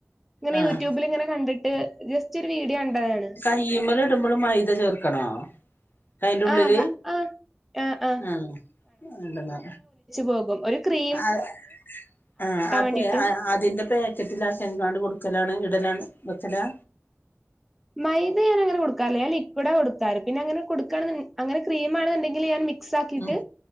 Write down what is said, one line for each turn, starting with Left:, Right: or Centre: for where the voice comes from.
Centre: ഇങ്ങനെ
Left: ആഹ്
Centre: യൂട്യൂബില് ഇങ്ങനെ കണ്ടിട്ട് ജസ്റ്റ് ഒരു വീഡിയോ കണ്ടതാണ്
Left: തീയിമ്മല് ഇടുമ്പളും മൈദ ചേർക്കണോ അയിന്റെ ഉള്ളില്
Centre: ആ ക- ആ ആ ആ
Left: ആഹ് ഉണ്ടെന്നാ
Centre: പോം പോം ഒരു ക്രീ
Left: അതെ ആഹ് അപ്പൊ
Centre: വേണ്ടിട്ട്
Left: ആ അതിന്റെ പാക്കറ്റില ആക്കിക്കാണ്ട് കൊടുക്കലാണ് ഇടലാണ് വിക്കലാ
Centre: മൈദ ഞാനങ്ങനെ കൊടുക്കാറില്ല ഞാൻ ലിക്വിഡാ കൊടുക്കാറ് പിന്നെ അങ്ങനെ കൊടുക്കാണ്ന്ന് അങ്ങനെ ക്രീമാണ് ന്ന്ണ്ടെങ്കില് ഞാൻ മിക് ക്സാക്കിട്ട്
Left: ഉം